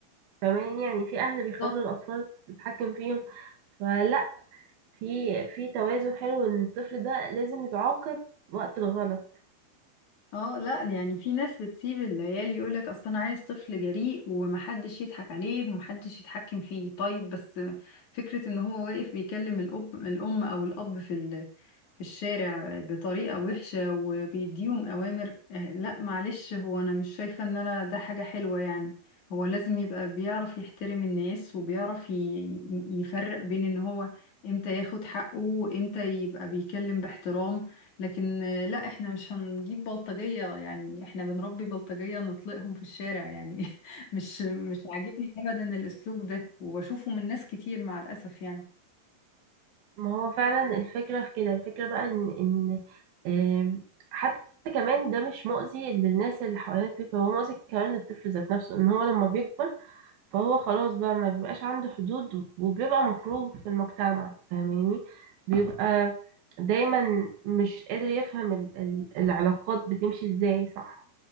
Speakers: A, on the right; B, on the left.
A: فمان يعني في اهل بيخلوا
B: بالظبط.
A: الاطفال تتحكم فيهم فلا في في توازن حلو ان الطفل ده لازم يتعاقب وقت الغلط
B: اه لا يعني في ناس بتسيب العيال يقولك اصل انا عايز طفل جريء ومحدش يضحك عليه ومحدش يتحكم فيه طيب بس فكرة ان هو واقف بيكلم الاب الام او الاب في ال... في الشارع بطريقة وحشة وبيديهم اوامر آه، لا معلش هو انا مش شايفة ان انا ده حاجة حلوة يعني هو لازم يبقى بيعرف يحترم الناس وبيعرف ي... يفرق بين ان هو امتى ياخد حقه وامتى يبقى بيكلم باحترام لكن آه، لا احنا مش هنجيب بلطجية يعني احنا بنربي بلطجية نطلقهم في الشارع يعني <laughs> مش مش عاجبني ابدا الاسلوب ده وبشوفه من ناس كتير مع الاسف يعني
A: ما هو فعلا الفكرة في كده الفكرة بقى ان ان آم، حتى كمان ده مش مؤذي للناس اللي حوالين الطفل هو مؤذي كمان للطفل ذات نفسه ان هو لما بيكبر فهو خلاص بقى ما بيبقاش عنده حدود وبيبقى مكروه في المجتمع فاهماني بيبقى دايما مش قادر يفهم ال ال العلاقات بتمشي ازاي صح